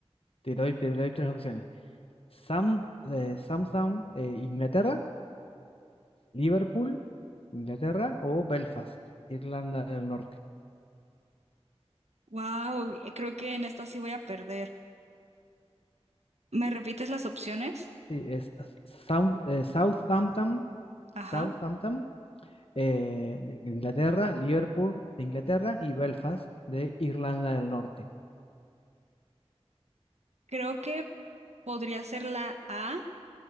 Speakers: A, on the left (about 60°); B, on the right (about 85°).
A: Te doy, te doy tres opciones. Sam, eh, Southam, eh, Inglaterra, Liverpool, Inglaterra o Belfast, Irlanda del Norte.
B: Wow, creo que en esta sí voy a perder. ¿Me repites las opciones?
A: Sí, es South, eh, Southampton,
B: Ajá.
A: Southampton, eh, de Inglaterra, Liverpool de Inglaterra y Belfast de Irlanda del Norte.
B: Creo que podría ser la A